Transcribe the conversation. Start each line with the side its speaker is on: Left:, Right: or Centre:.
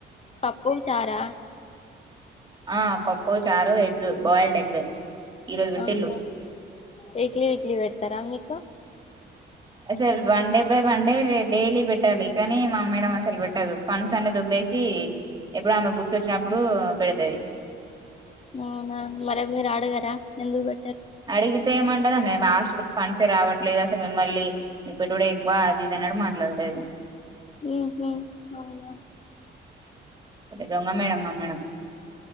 Left: పప్పు చారా
Right: ఆ పప్పు చారు ఎగ్ బాయిల్డ్ ఎగ్ ఈ రోజు పెట్టిల్లు
Left: ఆహ వీక్లీ వీక్లి పెడతారా మీకు
Right: అసలు one day by one day daily పెట్టాలి కానీ మా మేడం అసలు పెట్టదు ఫండ్స్ అన్ని దోబ్బేసి ఎప్పుడు ఆమె గుర్తొచ్చినప్పుడు పెడతది
Left: అవునా మరి మీరు ఆడగరా ఎందుకు పెట్
Right: అడిగితే ఏమన్ దా మే హాస్టల్ ఫండ్స్ రావట్లేదు అస మిమ్మల్ని పెట్టుడే ఎక్కువ అది ఇది అన్నట్టు మాట్లాడతది
Left: ఉ హూ అవున
Right: దొంగ మేడం మా మేడం